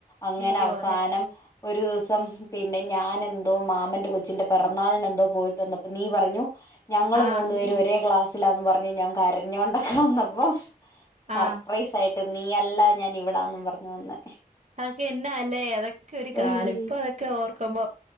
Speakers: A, on the left; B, on the right.
A: അങ്ങനെ
B: അയ്യോ
A: അവസാനം
B: അതെ
A: ഒരു ദിവസം പിന്നെ ഞാനെന്തോ മാമന്റെ കൊച്ചിന്റെ പെറന്നാളിന് എന്തോ പോയിട്ട് വന്നപ്പോ നീ പറഞ്ഞു ഞങ്ങൾ
B: ആഹ്
A: മൂന്ന് പേരും ഒരേ ക്ലാസ്സിലാന്ന് പറഞ്ഞ് ഞാൻ കര രഞ്ഞോണ്ടൊക്കെ വന്നപ്പോ സർപ്രൈസ്
B: ആഹ്
A: ആയിട്ട് നീയല്ല ഞാൻ ഇവിടാന്നും പറഞ്ഞു വന്നെ
B: അതെക്കെ എന്നാ അല്ലേ അതെ ക്കെ ഒരു കാലം
A: ഉയ്
B: ഇപ്പൊ അതൊക്കെ ഓർക്കുമ്പോ